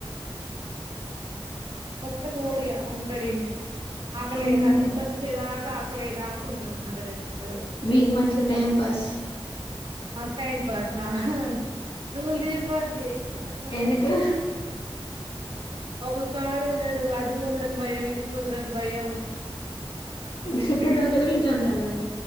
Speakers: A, on the right; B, on the left.
A: వత్తే పోడిగా ఉంటాడు ఇన్నే ఆకలి ఏయదా
B: ఉహు
A: నిద్ర వచ్చేదాక్ ఆకలి ఏయదా ఆడుకుంటాడు గంట రెండు గంట్లు
B: మీకు మంచిగా టైమ్ పాస్
A: మస్త్ టైమ్ పాసా హా దూల తీరిపొద్ది చిన్న పోరగాళ్లు
B: ఎందుకు
A: ఉంటే ఒక కాడు ఉండడు అడు పోతడని భయం ఇటు పోతడని భయం.
B: చుటు ఎవడు ఇంట్లో ఉండాలి మరి